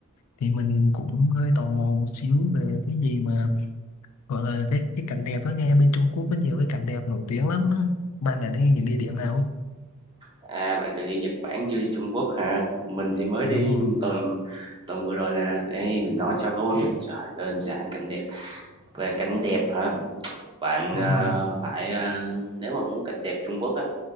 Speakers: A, on the left (about 85°); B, on the right (about 20°).
A: thì mình cũng hơi tò mò một xíu về cái gì mà gọi là cái cái cảnh đẹp á nghe bên Trung Quốc có nhiều cái cảnh đẹp nổi tiếng lắm á bạn đã đi những địa điểm nào
B: À, bạn từng đi Nhật Bản chưa, Trung Quốc hả? Mình thì mới
A: đúng
B: đi
A: rồi
B: tuần tuần vừa rồi nè. Đây mình nói cho luôn. <laughs> Trời đơn giản cảnh đẹp. Về cảnh đẹp hả? Bạn
A: đúng
B: ờ,
A: rồi
B: phải ờ, nếu mà muốn cảnh đẹp Trung Quốc á,